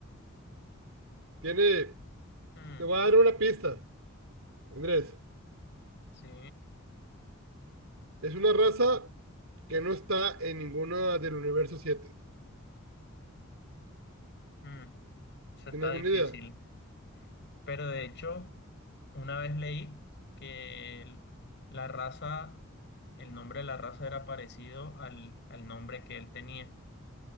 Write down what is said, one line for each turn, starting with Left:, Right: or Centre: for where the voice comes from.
Right: Tiene,
Left: Mm,
Right: te voy a dar una pista, Andrés.
Left: sí,
Right: Es una raza que no está en ninguna del universo 7.
Left: mm, eso está
Right: ¿Tiene alguna
Left: difícil.
Right: idea
Left: Pero de hecho, una vez leí que el- la raza, el nombre de la raza era parecido al, al nombre que él tenía.